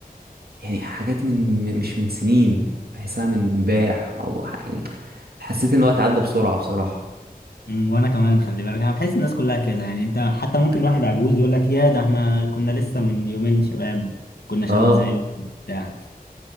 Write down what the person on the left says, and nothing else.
أمم، وانا كمان خلي بالك انا بحس الناس كلها كده يعني انت حتى ممكن واحد عجوز يقول لك يا ده احنا كنا لسه من يومين شباب كنا شباب
زيكم بتاع